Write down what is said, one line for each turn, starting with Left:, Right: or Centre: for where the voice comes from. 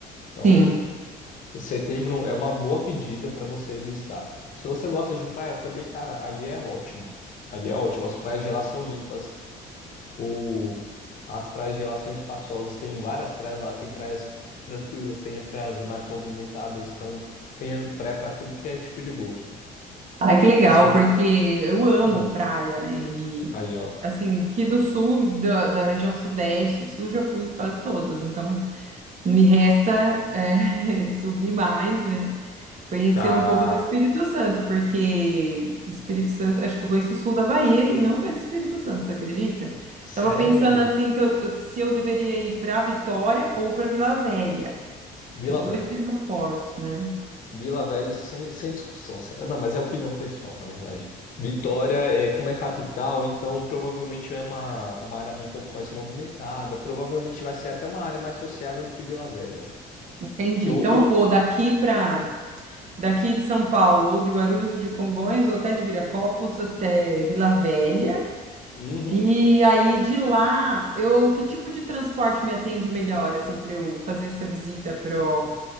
Left: Então,
Right: Sim.
Left: Setembro é uma boa pedida para você visitar. Se você gosta de praia também, cara, ali é ótimo. Ali é ótimo. As praias de lá são limpas. O... As praias de lá são espaçosas. Tem várias praias lá. Tem praias tranquilas, tem praias mais movimentadas. Então, tem praia para tudo que é tipo de gosto.
Right: Ai, que legal,
Left: E se vo...
Right: porque eu amo
Left: Hum,
Right: praia, né? E
Left: aí, ó.
Right: assim, aqui do sul, da, da região sudeste, sul já fui quase todas, então me resta eh, <laughs> subir mais, né? Conhecer
Left: Ah,
Right: um pouco do Espírito Santo, porque do Espírito Santo, acho que eu conheço o sul da Bahia e não conheço o Espírito Santo, você acredita?
Left: sério?
Right: Tava pensando assim que eu, eu- se eu deveria ir para Vitória ou para Vila Velha,
Left: Vila
Right: que os dois
Left: Velha.
Right: têm aeroportos, né?
Left: Vila Velha, sem, sem discussão. Se- Não, mas é opinião pessoal, na verdade. Vitória, é, como é capital, então provavelmente é uma, é uma área um pouco mais movimentada. Provavelmente vai ser até uma área mais sociável do que Vila Velha.
Right: Entendi.
Left: Que o,
Right: Então
Left: o-
Right: eu vou daqui para Daqui de São Paulo, ou de Guarulhos, ou de Congonhas, ou até de Viracopos, até Vila Velha.
Left: Uhum.
Right: E aí de lá, eu que tipo de transporte me atende melhor, assim, para eu fazer essa visita para